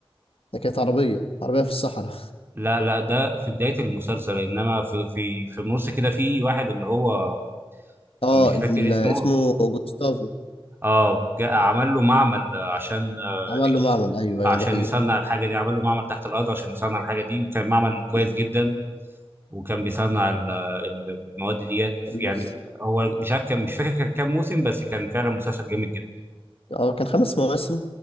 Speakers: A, on the left (about 70°); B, on the right (about 25°).
A: ده كانت عربية عربية في الصحراء
B: لا لا ده في بداية المسلسل انما في في في النص كده في واحد اللي هو
A: <laughs> اه
B: مش فاكر
A: ال-
B: اسمه
A: اسمه جوستافو
B: اه جاء عمل له معمل عشان آه،
A: عمل له معمل
B: يس-
A: أيوه
B: عشان
A: أيوه دي حقيقة
B: يصنع الحاجة دي عمل له معمل تحت الأرض عشان يصنع الحاجة دي وكان معمل كويس
A: امم
B: جدا وكان بيصنع ال- ال- المواد ديت
A: كان
B: يعني
A: لسه
B: هو مش عارف كان مش فاكر كان كام موسم بس كان فعلا مسلسل جامد جدا
A: اه كان خمس مواسم